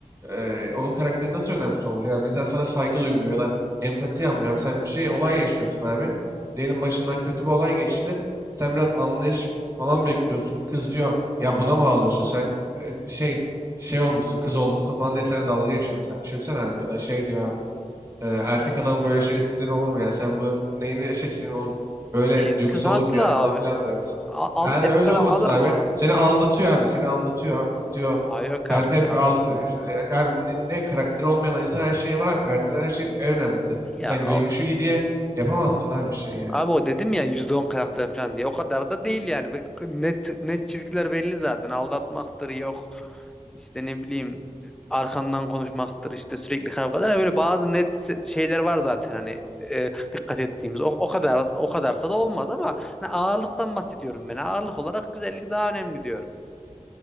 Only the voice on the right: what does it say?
e, onun karakteri nasıl önemsiz olmuş? Yani mesela sana saygı duymuyor ya da empati yapmıyor. Abi sen bir şey, olay yaşıyorsun abi. Diyelim başından kötü bir olay geçti. Sen biraz anlayış falan bekliyorsun. Kız diyor ya buna mı ağlıyorsun sen e, şey şey olmuşsun kız olmuşsun falan diye sana dalga geçiyor mesela. Düşünsene abi ya da şey diyor abi. e, erkek adam böyle şey sinir olur mu ya sen bunun neyini e, şey sinir olur mu? Böyle
duygusu
olur mu ya falan
filan diyor abi sana.
Yani öyle
olmasın
abi.
Seni aldatıyor abi seni aldatıyor diyor.
Ben
hep
aldat e, işte, ya abi ne, ne karakteri olmayan insan her şeye var abi. Karakter her şeyin en önemlisi.
Sen görünüşü
iyi diye yapamazsın abi bir şey yani.